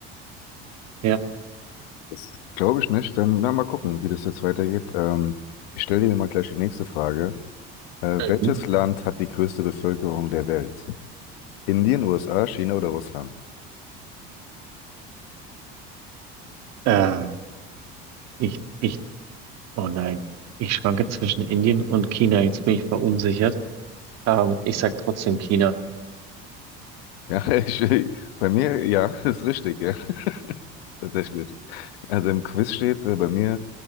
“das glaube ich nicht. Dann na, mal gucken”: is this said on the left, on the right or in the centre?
Left